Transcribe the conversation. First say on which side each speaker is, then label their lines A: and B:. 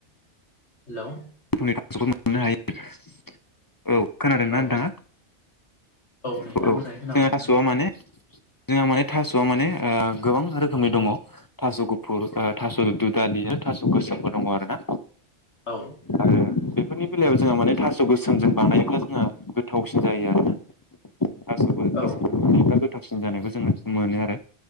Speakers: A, on the left; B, on the left.
A: हेल'
B: <unintelligible> औ खोनादोंना
A: औ
B: नोंथाङा
A: नै
B: औ
A: दा मोजाङै खोनाबाय
B: जोंहा
A: नोंथां
B: थास'आ माने जोंहा माने थास'आ माने ओ गोबां रोखोमनि दङ थास' गुफुर थास' दुदालि थास' गोसोमफोर दङ आरो ना
A: औ
B: आरो‌ बेफोरनि बेलायाव जोंहा माने थास' गोसोमजों बानायोब्ला जोंहा गोथावसिन जायो आरोना थास'बो गोसो
A: औ
B: एबा गोथावसिन जानायखौ जोङो मोनो आरो